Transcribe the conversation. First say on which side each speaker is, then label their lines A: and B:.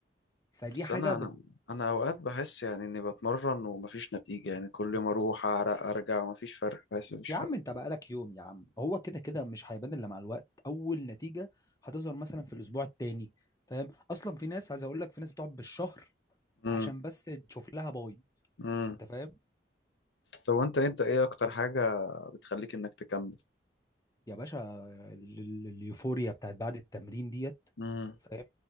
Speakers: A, on the left (about 20°); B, on the left (about 85°).
A: فدي
B: بس
A: حاجه
B: انا
A: بت...
B: انا انا اوقات بحس يعني اني بتمرن ومفيش نتيجه يعني كل يوم اروح اعرق ارجع ومفيش فرق بحس مفيش
A: يا
B: فرق
A: عم انت بقالك يوم يا عم هو كده كده مش هيبان الا مع الوقت اول نتيجه هتظهر مثلا في الاسبوع التاني فاهم اصلا في ناس عايز اقول لك في ناس بتقعد بالشهر
B: امم
A: عشان بس تشوف لها باي
B: امم
A: انت فاهم
B: طب وانت انت ايه اكتر حاجه بتخليك انك تكمل
A: يا باشا ال- ال- اليوفوريا بتاعت بعد التمرين ديت
B: امم
A: فاهم